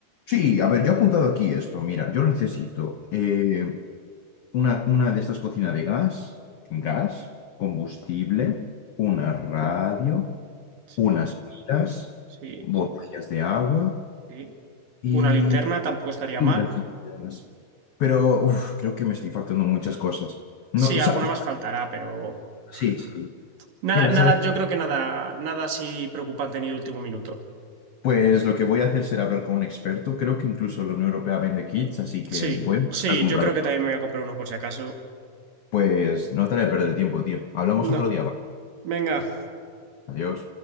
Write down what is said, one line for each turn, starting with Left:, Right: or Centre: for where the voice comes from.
Left: Sí, a ver, yo he apuntado aquí esto. Mira, yo necesito eh, una, una de estas cocinas de gas, gas, combustible, una radio,
Right: Sí,
Left: unas pilas,
Right: sí,
Left: botellas de agua
Right: sí.
Left: y,
Right: Una linterna tampoco estaría
Left: y
Right: mal.
Left: las linternas. Pero uf, creo que me estoy faltando muchas cosas.
Right: Sí,
Left: No, o
Right: alguna
Left: sea,
Right: más faltará, pero
Left: sí, sí.
Right: nada,
Left: Mira,
Right: nada,
Left: ¿sabes?
Right: yo creo que nada, nada así preocupante ni de último minuto.
Left: Pues lo que voy a hacer será hablar con un experto. Creo que incluso la Unión Europea vende kits, así que
Right: Sí,
Left: voy a empezar
Right: sí,
Left: a comprar.
Right: yo creo que
Left: uno.
Right: también me voy a comprar uno por si acaso.
Left: Pues no te haré perder el tiempo, tío. Hablamos
Right: No,
Left: otro día, ¿vale?
Right: venga.
Left: Adiós.